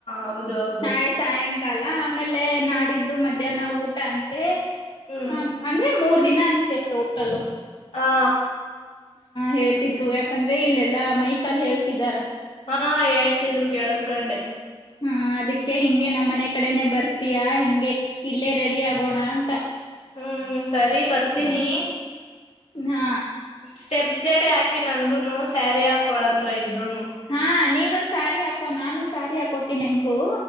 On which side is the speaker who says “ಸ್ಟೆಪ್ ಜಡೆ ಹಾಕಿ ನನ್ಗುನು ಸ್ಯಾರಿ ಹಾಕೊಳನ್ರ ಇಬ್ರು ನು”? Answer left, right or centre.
Left